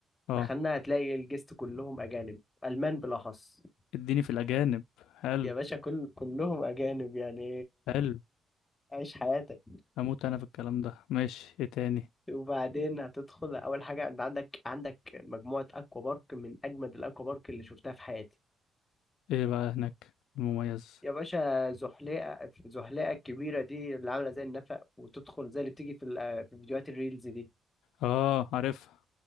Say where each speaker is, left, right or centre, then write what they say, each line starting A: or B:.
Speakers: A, on the left; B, on the left.
A: اه
B: دخلنا هتلاقي الجست كلهم اجانب المان بالاخص
A: اديني في الاجانب حلو
B: يا باشا كل كلهم اجانب يعني
A: حلو
B: عيش حياتك
A: اموت انا في الكلام ده ماشي ايه تاني
B: وبعدين هتدخل اول حاجه انت عندك عندك مجموعه اكوا بارك من اجمد الاكوا بارك اللي شفتها في حياتي
A: ايه بقى هناك المميز
B: يا باشا زحليقة زحليقة الكبيرة دي اللي عاملة زي النفق وتدخل زي اللي بتيجي في ال- آه، في فيديوهات الريلز دي
A: اه عارفها